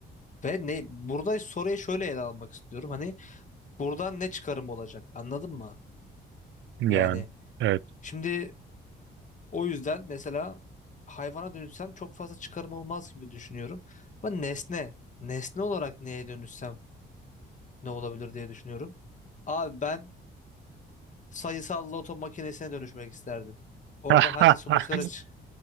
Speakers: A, on the left; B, on the right.
A: Ve ne burada soruyu şöyle ele almak istiyorum. Hani buradan ne çıkarım olacak anladın mı?
B: Yani
A: Yani
B: evet.
A: Şimdi o yüzden mesela hayvana dönüşsem çok fazla çıkarım olmaz gibi düşünüyorum. Ben nesne, nesne olarak neye dönüşsem ne olabilir diye düşünüyorum. Abi ben sayısal loto makinesine dönüşmek isterdim. Orada
B: <laughs>
A: hangi sonuçlara çık